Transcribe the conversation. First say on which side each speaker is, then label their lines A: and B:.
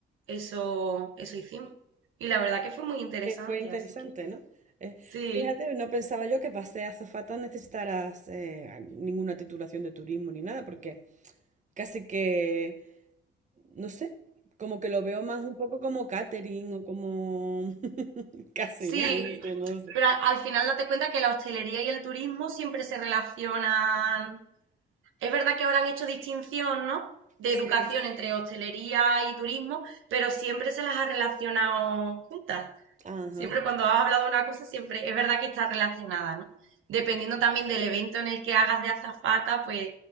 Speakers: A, on the right; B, on the right.
A: eso, eso hicimos. Y la verdad que fue muy interesante,
B: que fue interesante,
A: así que
B: ¿no? Eh,
A: sí,
B: fíjate, no pensaba yo que para ser azafata necesitaras eh, a- ninguna titulación de turismo ni nada, porque casi que no sé, como que lo veo más un poco como catering o como <laughs> casi,
A: sí.
B: ¿no? No lo sé, no lo sé.
A: Pero al, al final date cuenta que la hostelería y el turismo siempre se relacionan. Es verdad que ahora han hecho distinción, ¿no? De
B: Sí,
A: educación entre hostelería y turismo, pero siempre se las ha relacionado juntas.
B: ajá.
A: Siempre cuando has hablado de una cosa, siempre es verdad que está relacionada, ¿no? Dependiendo también del evento en el que hagas de azafata, pues